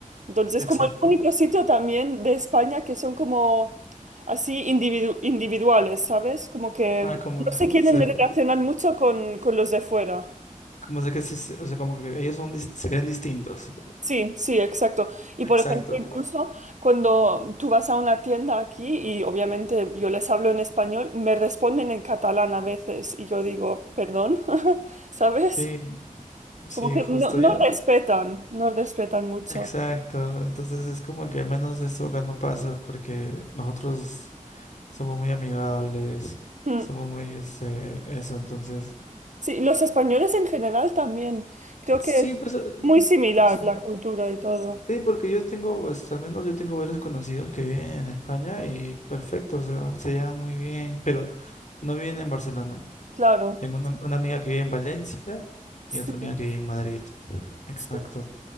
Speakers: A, on the right; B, on the left.
A: Entonces,
B: exacto.
A: como el único sitio también de España que son como así individu- individuales, ¿sabes? Como que
B: Ah,
A: no
B: como que,
A: se quieren
B: se-
A: relacionar mucho con, con los de fuera.
B: como se que se- se- o sea, como que ellos son, dis- se creen distintos.
A: Sí, sí, exacto. Y
B: Exacto.
A: por ejemplo, incluso cuando tú vas a una tienda aquí y obviamente yo les hablo en español, me responden en catalán a veces y yo digo, perdón, <laughs> ¿sabes?
B: Sí, sí,
A: Como que
B: justo
A: no, no
B: yo.
A: respetan, no respetan mucho.
B: Exacto. Entonces es como que al menos esto acá no pasa porque nosotros somos muy amigables,
A: Mm.
B: somos muy, este, eso. Entonces,
A: Sí, los españoles en general también. Creo
B: sí,
A: que es
B: pues, eh,
A: muy similar
B: ex-
A: la cultura y todo.
B: sí, porque yo tengo, pues, al menos yo tengo varios conocidos que viven en España y perfecto, o sea, se llevan muy bien, pero no viven en Barcelona.
A: Claro,
B: Tengo una, una amiga que vive en Valencia
A: sí,
B: y otra amiga que vive en Madrid. Exacto.
A: sí,